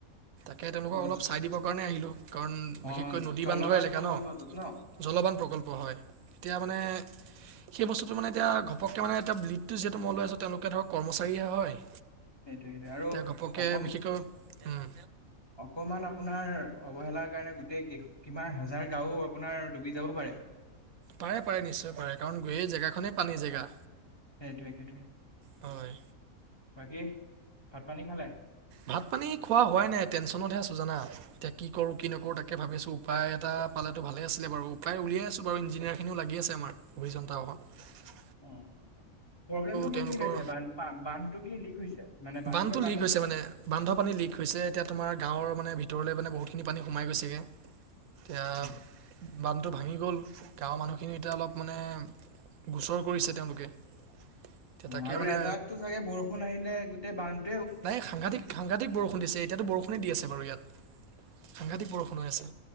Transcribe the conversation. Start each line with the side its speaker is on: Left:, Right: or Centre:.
Right: তে তেওঁলোকক
Left: অ
Right: অলপ চাই দিব কাৰণে আহিলোঁ। কাৰণ
Left: অ
Right: বিশেষকৈ নদী
Left: জলবান
Right: বান্ধৰ এলেকা
Left: প্ৰকল্পটোত
Right: ন
Left: ন
Right: জলবান প্ৰকল্প। হয়, এতিয়া মানে। সেই বস্তুটো এতিয়া ঘপকে মানে এতিয়া লীডটো যিহেতু মই লৈ আছোঁ। তেওঁলোকে ধৰক কৰ্মচাৰীহে হয়।
Left: সেইটোৱেটো আৰু
Right: এতিয়া ঘপককৈ
Left: অকম।
Right: বিশেষকৈ উম,
Left: অকমান আপোনাৰ অৱহেলাৰ কাৰণে, গোটেই কিমান হেজাৰ গাওঁ আপোনাৰ ডুবি যাব পাৰে। <inaudible>
Right: পাৰে পাৰে নিশ্চয় পাৰে। কাৰণ গৈ এই জেগাখনে পানীৰ জেগা।
Left: সেইটোৱে, সেইটোৱে
Right: হয়।
Left: বাকী ভাত পানী খালে?
Right: ভাত পানী খোৱা হোৱাই নাই, টেনছনতহে আছোঁ জানা, এতিয়া কি কৰোঁ কি নকৰোঁ তাকে ভাবি আছোঁ উপায় এটা।। পালেটো ভালে আছিলে বাৰু। উপায় উলিয়াই আছোঁ বাৰু। ইঞ্জিনিয়াৰ খিনিও লাগি আছে, আমাৰ অভিযন্তাৰ সকল।
Left: অ', প্ৰব্লেমটো কোনখিনিত
Right: তেওঁলোকৰ
Left: হৈছে বান্ধটো কি লিক হৈছে মানে বান্ধটোৰ
Right: বান্ধটো
Left: পৰা
Right: লিক
Left: পানী
Right: হৈছে মানে বান্ধৰ পানী লিক হৈছে এতিয়া তোমাৰ গাঁৱৰ মানে ভিতৰলৈ মানে বহুতখিনি পানী সোমাই গৈছেগৈ এতিয়া
Left: অ
Right: বান্ধটো ভাঙি গ'ল গাঁৱৰ মানুহখিনি এতিয়া অলপ মানে গোচৰ কৰিছে তেওঁলোকে। এতিয়া
Left: অ'
Right: তাকে
Left: আৰু
Right: মানে
Left: এজাকতো চাগে বৰষুণ আহিলে গোটেই বান
Right: নাই সাংঘাতিক সাংঘাতিক বৰষুণ দিছে এতিয়া বৰষুণে দি আছে বাৰু ইয়াত সাংঘাতিক বৰষুণ হৈ আছে